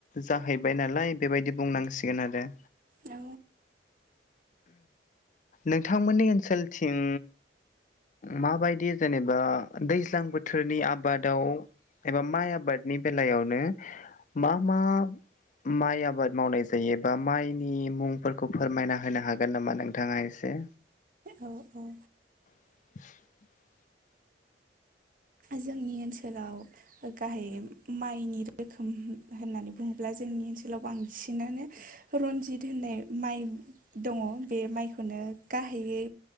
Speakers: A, on the left; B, on the right.
A: जाहैबाय नालाय बेबायदि बुंनांसिगोन आरो।
B: औ
A: नोंथांमोननि ओनसोलथिं माबायदि जेनेबा दैज्लां बोथोरनि आबादाव एबा माइ आबादनि बेलायावनो मा मा माइ आबाद मावनाय जायोबा माइनि मुंफोरखौ फोरमायना होनो हागोन नामा नोंथाङा एसे?
B: औ औ
A: <inaudible>
B: जोंनि ओनसोलाव ओ गाहाय माइनि रोखोम होननानै बुङोब्ला जोंनि ओनसोलाव बांसिनानो रनजित होननाय माइ दङ बे माइखौनो गाहायै